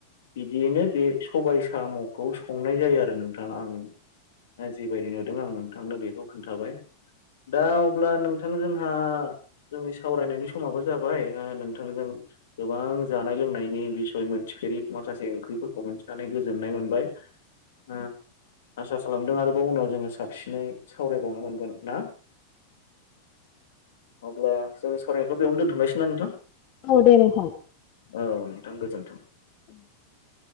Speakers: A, on the left (about 85°); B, on the left (about 30°).
A: बिदियैनो बे सबाय साम'खौ संनाय जायो आरो नोंथां आं जिबायदि नुदों आं नोंथांनो बेखौ खोन्थाबाय दा अब्ला नोंथां जोंहा जोंनि सावरायनायनि समाबो जाबाय ओ नोंथांजों गोबां जानाय लोंनायनि बिसय मोनथिफेरि माखासे ओंख्रिफोरखौ मोनथिनानै गोजोननाय मोनबाय ओम आसा खालामदों आरोबाव उनाव जोङो साबसिनै सावरायबावनो मोनगोन ना? अब्ला जोंनि सावरायनायखौ बेयावनो दोनथ'नायसैना नोंथां?
B: औ दे नोंथां
A: औ नोंथां गोजोन्थों
B: <unintelligible>